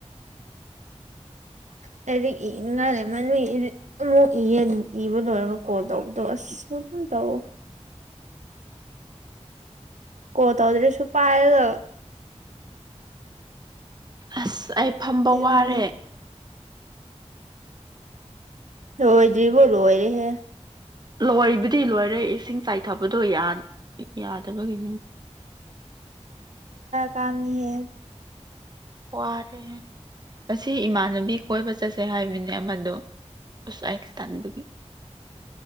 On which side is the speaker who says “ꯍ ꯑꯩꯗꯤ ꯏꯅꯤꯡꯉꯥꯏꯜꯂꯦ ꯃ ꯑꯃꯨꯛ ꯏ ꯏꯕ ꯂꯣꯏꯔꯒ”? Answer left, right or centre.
Right